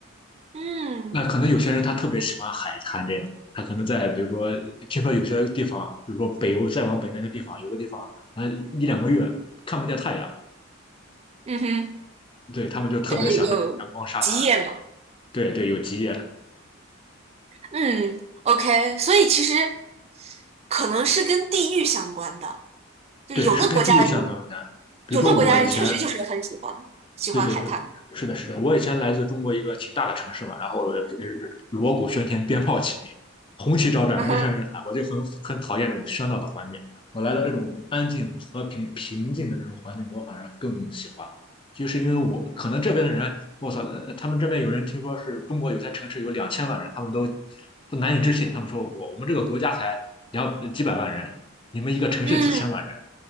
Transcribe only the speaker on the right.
嗯
嗯哼，
对，有极夜嘛。
嗯，OK，所以其实可能是跟地域相关的，就是有的国家的人，
有的国家人确实就是很喜欢喜欢海滩。
<laughs> 嗯哼，
嗯